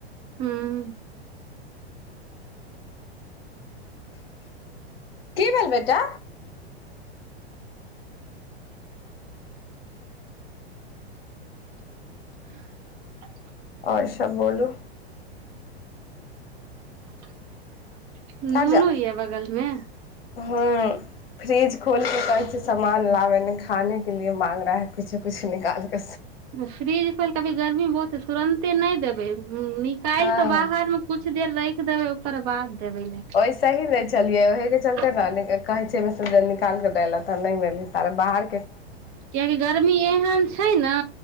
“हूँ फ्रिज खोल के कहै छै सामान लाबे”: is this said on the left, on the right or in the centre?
Left